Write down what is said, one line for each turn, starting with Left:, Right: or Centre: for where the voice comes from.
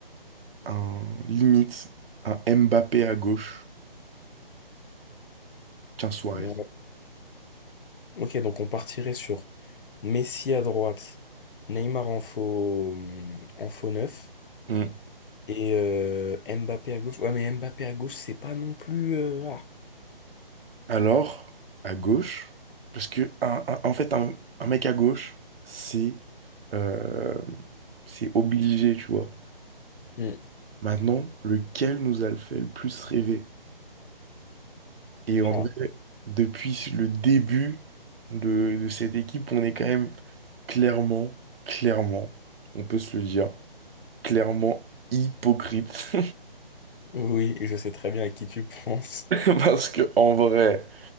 Right: un limite, un Mbappé à gauche qu'un Suarez.
Left: ouais. ok, donc on partirait sur Messi à droite, Neymar en faux, hum, en faux neuf,
Right: Hmm.
Left: Et euh, Mbappé à gauche. Ouais, mais Mbappé à gauche, c'est pas non plus. euh, ah.
Right: Alors, à gauche, parce que un- un- en fait, un, un mec à gauche, c'est euh, c'est obligé, tu vois.
Left: Hmm.
Right: Maintenant, lequel nous a le fait le plus rêver? Et en
Left: Ah.
Right: vrai, depuis le début de, de cette équipe, on est quand même clairement, clairement, on peut se le dire, clairement hypocrite.
Left: Oui, je sais très bien à qui tu <laughs> penses.
Right: <laughs> Parce que en vrai,